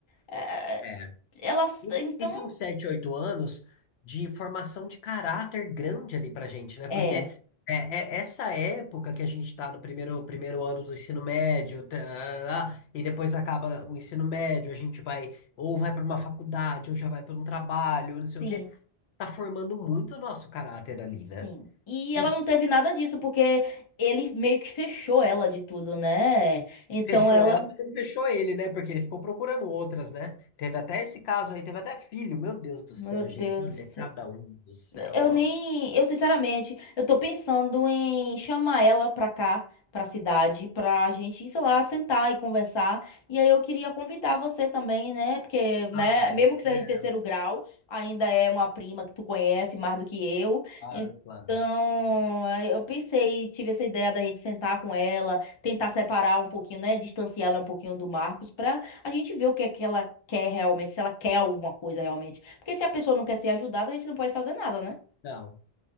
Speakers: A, on the left; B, on the left.
A: É, é,
B: É,
A: ela,
B: E
A: então,
B: e são sete, oito anos de formação de caráter grande ali pra gente, né?
A: é,
B: Porque é, é essa época que a gente tá no primeiro, primeiro ano do ensino médio, tá, lá, e depois acaba o ensino médio, a gente vai ou vai pra uma faculdade, ou já vai pra um trabalho, não sei
A: sim,
B: o quê. Tá formando muito o nosso caráter ali, né?
A: sim. E
B: E
A: ela não teve nada disso, porque ele meio que fechou ela de tudo, né? Então
B: fechou
A: ela,
B: ela, mas não fechou ele, né? Porque ele ficou procurando outras, né? Teve até esse caso aí, teve até filho. Meu Deus do
A: meu
B: céu,
A: Deus.
B: gente. Olha, cada um do céu,
A: Eu
B: nossa.
A: nem, eu sinceramente, eu tô pensando em chamar ela pra cá, pra cidade, pra gente, sei lá, sentar e conversar. E aí eu queria convidar você também, né? Porque, né,
B: Ai.
A: mesmo que seja
B: é.
A: de terceiro grau, ainda é uma prima que tu conhece mais do que eu.
B: Claro,
A: Então,
B: claro.
A: aí eu pensei, tive essa ideia da gente sentar com ela, tentar separar um pouquinho, né, distanciar ela um pouquinho do Marcos pra a gente ver o que é que ela quer realmente, se ela quer alguma coisa realmente. Porque se a pessoa não quer ser ajudada, a gente não pode fazer nada, né?
B: Não,